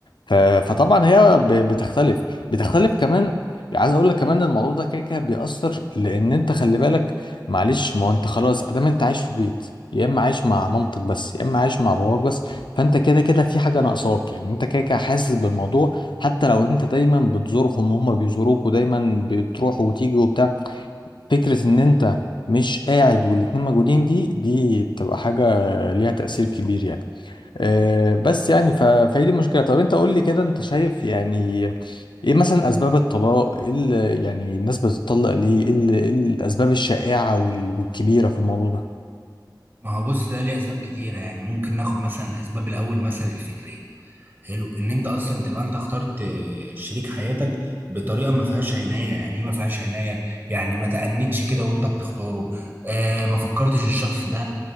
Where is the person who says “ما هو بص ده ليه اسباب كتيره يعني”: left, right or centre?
Right